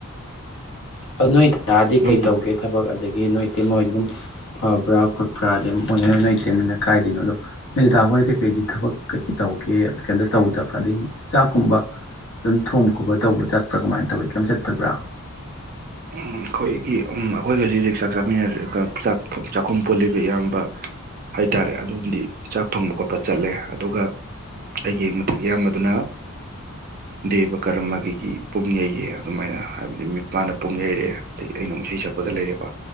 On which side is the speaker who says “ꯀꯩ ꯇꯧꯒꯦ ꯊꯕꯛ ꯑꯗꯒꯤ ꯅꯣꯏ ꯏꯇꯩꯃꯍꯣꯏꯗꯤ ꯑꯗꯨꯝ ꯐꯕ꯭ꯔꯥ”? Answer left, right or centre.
Left